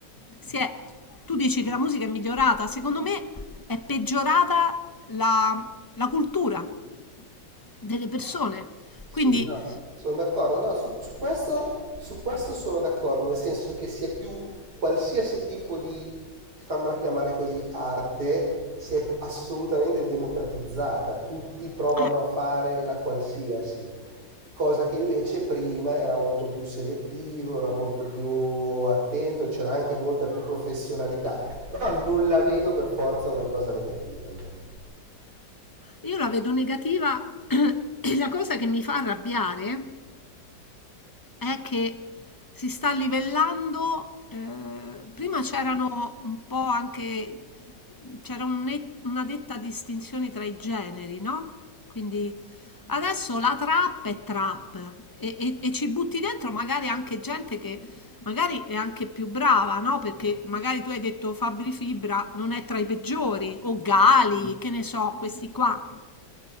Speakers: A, on the left (about 15°); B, on the right (about 60°).
A: si è... Tu dici che la musica è migliorata, secondo me è peggiorata la, la cultura delle persone.
B: Sì,
A: Quindi
B: no, sono d'accordo. No, su, su questo, su questo sono d'accordo, nel senso che sia più qualsiasi tipo di, fammela chiamare così, arte si è assolutamente democratizzata. Tutti provano
A: eh,
B: a fare la qualsiasi, cosa che invece prima era molto più selettivo, era molto più attento, c'era anche molta più professionalità. Però non la vedo per forza una cosa negativa io.
A: io la vedo negativa <clears throat> <coughs> e la cosa che mi fa arrabbiare È che si sta livellando, ehm, prima c'erano un po' anche, c'era un net- una netta distinzione tra i generi, no? Quindi adesso la trap è trap e, e- e ci butti dentro magari anche gente che magari è anche più brava, no? Perché magari tu hai detto Fabri Fibra non è tra i peggiori, o Gali, che ne so, questi qua.